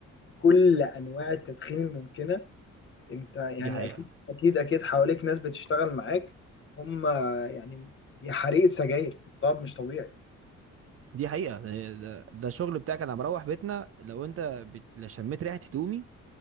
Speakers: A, on the left; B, on the right.
A: بكل انواع التدخين الممكنه انت يعني
B: دي حقيقة
A: اكيد اكيد اكيد حواليك ناس بتشتغل معاك هم يعني حريقة سجاير طب مش طبيعي
B: دي حقيقة يعني ده, ده الشغل بتاعك انا مروح بيتنا لو انت بت... لو شميت ريحة هدومي